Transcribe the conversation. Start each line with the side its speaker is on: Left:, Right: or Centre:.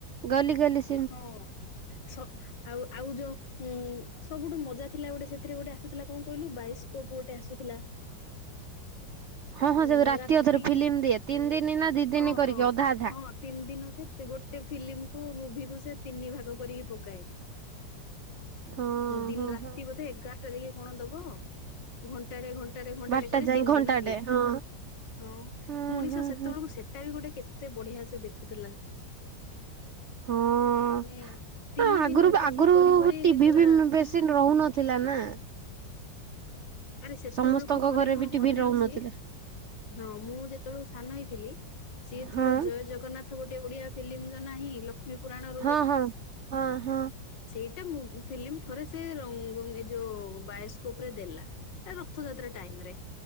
Right: ଗଲି ଗଲିସି
Left: ହଁ ସ ଆଉ ଆଉ ଯୋ ଉଁ ସବୁଠୁ ମଜା ଥିଲା ଗୋଟେ ସେଥିରେ ଗୋଟେ ଆସୁଥିଲା କଣ କହିଲୁ ବାଇସ୍କୋପ ଗୋଟେ ଆସୁଥିଲା।
Right: ହଁ ହଁ
Left: ଉଁ
Right: ସେ ରାତି
Left: ରାତିକି
Right: ଅଧରେ ଫିଲ୍ମ ଦିଏ ତିନି ଦିନ ନା ଦି ଦିନ
Left: ହଁ
Right: କରିକି
Left: ହଁ
Right: ଅଧା ଅଧା
Left: ହଁ। ତିନି ଦିନ ସେ ଗୋଟେ ଫିଲ୍ମକୁ ମୁଭିକୁ ସେ ତିନି ଭାଗ କରିକି ପକାଏ।
Right: ହଁ
Left: ଦିନ
Right: ହଁ
Left: ରାତି
Right: ହଁ।
Left: ବୋଧେ ଏଗାରଟାରେ କି କଣ ଦବ। ଘଣ୍ଟାଟେ ଘଣ୍ଟାଟେ ଘଣ୍ଟାଟେ
Right: ବାରଟା
Left: କରି
Right: ଯାଏ
Left: ତିନି
Right: ଘଣ୍ଟାଟେ
Left: ଦିନ ପିଏ।
Right: ହଁ
Left: ହଁ
Right: ହଁ
Left: ମଣିଷ
Right: ହଁ
Left: ସେତେବେଳକୁ
Right: ହଁ।
Left: ସେଟା ବି ଗୋଟେ କେତେ ବଢ଼ିଆ ସେ ଦେଖୁଥିଲା।
Right: ହଁ
Left: ମାନେ ତିନି
Right: ଆଗରୁ
Left: ଦିନ ଅପେକ୍ଷା
Right: ଆଗରୁ
Left: କରି କରି
Right: ଟିଭି
Left: ପୁରା
Right: ବି ବେଶ ରହୁନଥିଲା ନା।
Left: ଆରେ ସେତେବେଳକୁ
Right: ସମସ୍ତଙ୍କ
Left: ଥରେ
Right: ଘରେ
Left: ମୋର
Right: ବି ଟିଭି
Left: ମନେ
Right: ରହୁନଥିଲା
Left: ଅଛି। ହଁ ମୁଁ ଯେତେବେଳୁ ସାନ ହେଇଥିଲି ସିଏ ଥରେ
Right: ହଁ
Left: ଜୟ ଜଗନ୍ନାଥ ଗୋଟେ ଓଡ଼ିଆ ଫିଲ୍ମ ଯ ନାହିଁ ଲ ଲଷ୍ମୀ ପୁରାଣ
Right: ହଁ ହ ହଁ ହଁ।
Left: ସେଇଟେ ମୁ ଫିଲ୍ମ ଥରେ ସେ ଏ ଯଉ ବାୟସ୍ ରେ ଦେଲା ରଥଯାତ୍ରା ଟାଇମ୍ ରେ।